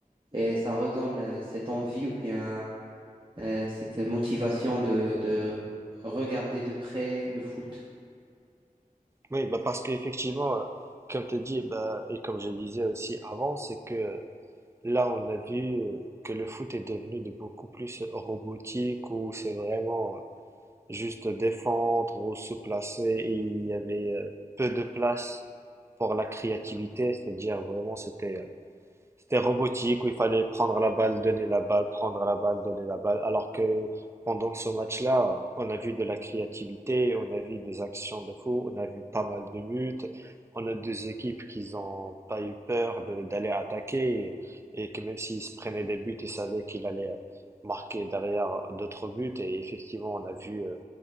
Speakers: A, on the right; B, on the right.
A: Et ça redonne euh, cette envie ou bien euh, cette motivation de, de regarder de près le foot.
B: Oui, bah parce qu'effectivement, euh, comme tu as dit, bah, et comme je le disais aussi avant, c'est que là, on a vu euh, que le foot est devenu de beaucoup plus robotique, où c'est vraiment euh, juste défendre ou se placer, et il y avait euh, peu de place pour la créativité, c'est-à-dire vraiment c'était euh, c'était robotique où il fallait prendre la balle, donner la balle, prendre la balle, donner la balle. Alors que pendant ce match-là, on a vu de la créativité, on a vu des actions de fou, on a vu pas mal de buts. On a deux équipes qui n'ont pas eu peur de- d'aller attaquer et et que même s'ils se prenaient des buts, ils savaient qu'il allait marquer derrière d'autres buts. Et effectivement, on a vu euh,